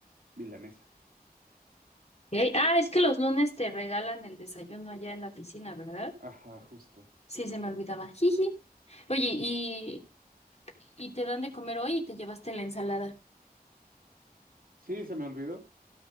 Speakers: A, on the right (about 65°); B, on the left (about 40°).
A: milanesa.
B: Ok. Ah, es que los lunes te regalan el desayuno allá en la oficina, ¿verdad?
A: Ajá, justo.
B: Sí, se me olvidaba. Jiji. Oye, ¿y, y te dan de comer hoy y te llevaste la ensalada?
A: Sí, se me olvidó.